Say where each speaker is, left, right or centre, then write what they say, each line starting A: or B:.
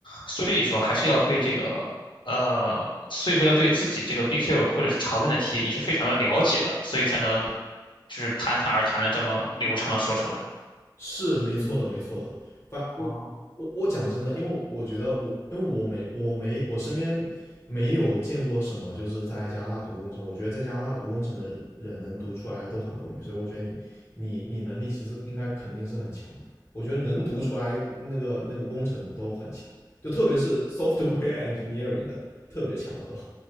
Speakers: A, on the left; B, on the left.
A: 所以说还是要对这个呃，所以说要对自己这个 BQ 或者是常问的题，你是非常的了解的，所以才能就是侃侃而谈的这么流畅的说出来。
B: 是没错的，没错的。反我我我讲真的，
A: 哦
B: 因为我觉得我因为我没我没我身边没有见过什么就是在加拿大读工程，我觉得在加拿大读工程的人能读出来的都很不容易，所以我觉得你你你能力其实应该肯定是很强的。我觉得能读出来那个那个工程的都很强，就特别是 software engineering 的特别强了都。